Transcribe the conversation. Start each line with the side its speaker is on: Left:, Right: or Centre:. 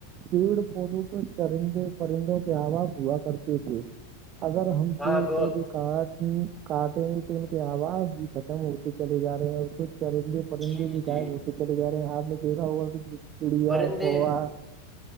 Right: پیڑ پودوں پر چرند پرندوں کے آواز ہوا کرتے تھے اگر ہم
Centre: ہاں
Right: پیڑ
Centre: بہت
Right: پودے کاٹیں گ تو ان کے آواز بھی ختم ہوتے چلے جا رہے ہیں اور کچھ چرندے پرندے
Centre: جی
Right: بھی
Centre: جی
Right: گائب ہوتے چلے گا رہے ہیں آپ نے دیکا ہوا کہ چڑیا
Centre: پرندے
Right: کوا